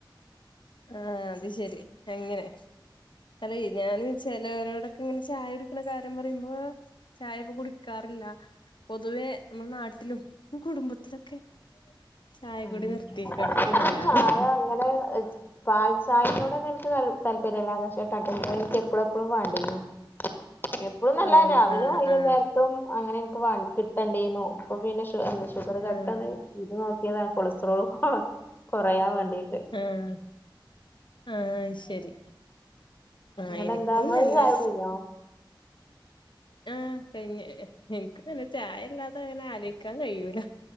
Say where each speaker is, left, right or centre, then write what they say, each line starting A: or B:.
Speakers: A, on the left (about 70°); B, on the left (about 25°).
A: ആ അത് ശെരി അങ്ങനെ ചില ഏരിയായില് ചിലവരോടൊക്കെ ഇങ്ങനെ ചായ കുടിക്കണ കാര്യം പറയുമ്പോ ചായ ഇപ്പോ കുടിക്കാറില്ല പൊതുവേ നമ്മുടെ നാട്ടിലും കുടുംബത്തിലൊക്കെ ചായകുടി
B: ആ
A: നിർത്തിയേക്കുവാ
B: പിന്നെ
A: എല്ലാരും
B: ചായ അങ്ങനെ പാൽ ചായനോടെന്നും എനിക്ക് ത താല്പര്യല്ല പക്ഷെ കട്ടൻ ചായ എനിക്ക് എപ്പളും എപ്പളും വാണ്ടിയിരുന്നു എപ്പളൂന്നല്ല
A: ആഹ്
B: രാവിലെയും
A: ആഹ്
B: വൈകുന്നേര
A: ആഹ്
B: വും അങ്ങനെ എനിക്ക് വേ കിട്ടണ്ടീന്നു ഇപ്പൊ പിന്നെ ഷുഗർ കട്ടാണ്
A: ആഹ്
B: ഇത് നോക്കിയതാ കൊളസ്ട്രോൾ കൊറയാൻ വേണ്ടീട്ട്
A: ആഹ് ആഹ് അത് ശരി ആ
B: ഇങ്ങട്ട്
A: എനിക്കും
B: എന്താ ഇങ്ങള്
A: നല്ലേ
B: ചായ കുടി കഴിഞ്ഞോ
A: ആഹ് ക എനിക്കും അങ്ങനെ ചായല്ലാതെ അങ്ങനെ ആലോചിക്കാൻ കഴിയൂല